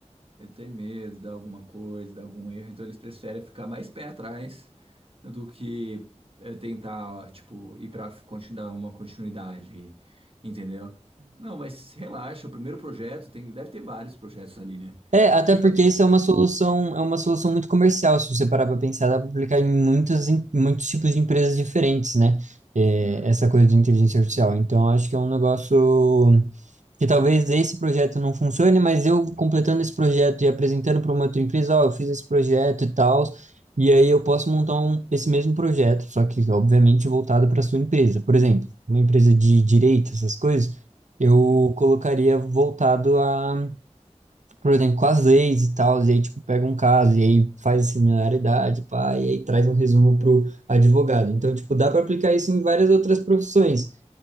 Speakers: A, on the right (about 50°); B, on the right (about 75°).
A: Ele tem medo de alguma coisa, de algum erro. Então eles preferem ficar mais pé atrás do que é, tentar, tipo, ir pra continuar uma continuidade aí. Entendeu? Não, mas relaxa, o primeiro projeto tem, deve ter vários projetos ali, né?
B: É, até
A: Que
B: porque
A: dá pra fazer.
B: isso é uma solução, é uma solução muito comercial, se você parar para pensar, dá para aplicar em muitas, em muitos tipos de empresas diferentes, né? É,
A: Né?
B: essa coisa de inteligência artificial. Então, acho que é um negócio que talvez esse projeto não funcione, mas eu completando esse projeto e apresentando para uma outra empresa, ó, eu fiz esse projeto e tal, e aí eu posso montar um, esse mesmo projeto, só que obviamente voltado para sua empresa. Por exemplo, uma empresa de direito, essas coisas, eu
A: Hum.
B: colocaria voltado a por exemplo, com as leis e tal, e aí, tipo, pega um caso, e aí faz a similaridade, pá, e aí traz um resumo pro advogado. Então, tipo, dá para aplicar isso em várias outras profissões.